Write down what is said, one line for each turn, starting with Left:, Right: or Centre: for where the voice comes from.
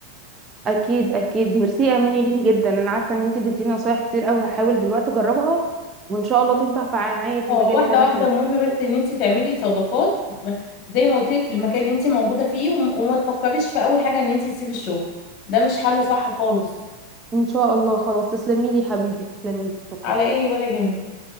Right: أكيد أكيد ميرسي يا أماني ليكي جدا أنا عارفة إن أنتي اديتيني نصايح كتير أوي هحاول دلوقتي أجربها وإن شاء الله تنفع معايا في
Left: اه
Right: المجال
Left: واحدة
Right: اللي أنا
Left: واحدة
Right: فيه
Left: المهم بس ان انت تعملي صداقات م- زي ما قلت لك في المكان اللي انت موجودة فيه وم- وما تفكريش في اول حاجة ان انت تسيبي الشغل ده مش حل صح خالص
Right: إن شاء الله خلاص تسلميلي حبيبي تسلميلي شكرا
Left: على ايه ولا يهمك